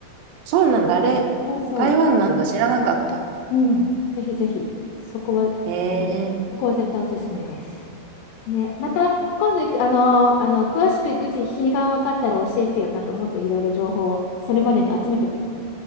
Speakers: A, on the right; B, on the left.
A: そうなんだ。あれ、
B: そうそう。
A: 台湾なんだ。知らなかった。
B: うん。ぜひぜひ、そこは、
A: へえ。
B: そこは絶対おすすめです。ね、また今度行く、あの、あの詳しく行くし日にが分かったら教えてよ。なんかもっといろいろ情報をそれまでに集めとくよ。